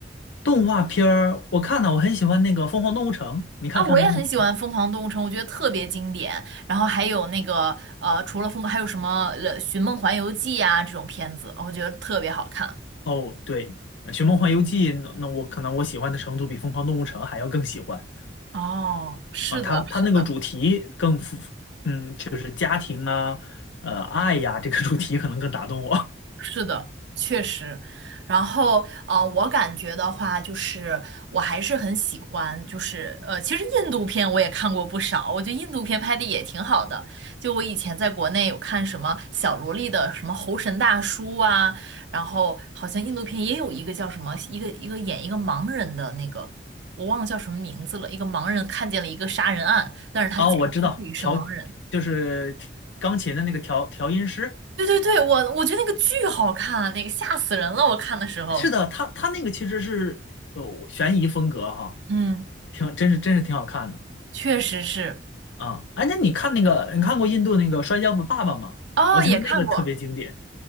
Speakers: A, on the left; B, on the right.
A: 动画片儿我看了，我很喜欢那个《疯狂动物城》，你看《疯狂动物城》？
B: 啊，我也很喜欢《疯狂动物城》，我觉得特别经典。然后还有那个呃，除了疯，还有什么呃《寻梦环游记》呀这种片子，我觉得特别好看。
A: 哦，对，《寻梦环游记》那那我可能我喜欢的程度比《疯狂动物城》还要更喜欢。
B: 哦，是的，
A: 啊，他他那个主题更符，
B: 是的。
A: 嗯，就是家庭啊，呃，爱呀、这个主题可能更打动我。
B: 是的，确实。然后，呃，我感觉的话，就是我还是很喜欢，就是呃，其实印度片我也看过不少，我觉得印度片拍的也挺好的。就我以前在国内有看什么小萝莉的什么《猴神大叔》啊，然后好像印度片也有一个叫什么，一个一个演一个盲人的那个，我忘了叫什么名字了。一个盲人看见了一个杀人案，
A: <laughs>
B: 但是他假装自己是盲人。
A: 哦，我知道调就是钢琴的那个调调音师，
B: 对对对，我我觉得那个巨好看啊，那个吓死人了，我看的时候。
A: 是的，他他那个其实是呃悬疑风格哈、
B: 嗯，
A: 挺真是真是挺好看的
B: 确实是。
A: 啊。哎，那你看那个你看过印度那个《摔跤吧，爸爸》吗？
B: 哦，
A: 我觉得那个特别经典
B: 也看过。